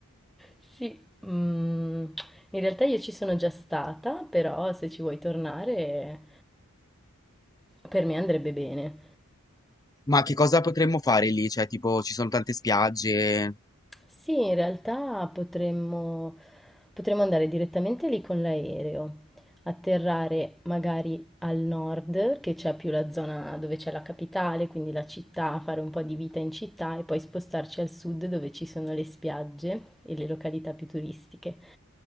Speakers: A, in the centre; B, on the left.
A: Sì, mm, in realtà io ci sono già stata, però se ci vuoi tornare per me andrebbe bene.
B: Ma che cosa potremmo fare lì? Cioè, tipo, ci sono tante spiagge.
A: Sì, in realtà potremmo, potremmo andare direttamente lì con l'aereo, atterrare magari al nord, che c'è più la zona dove c'è la capitale, quindi la città, fare un po' di vita in città e poi spostarci al sud dove ci sono le spiagge e le località più turistiche.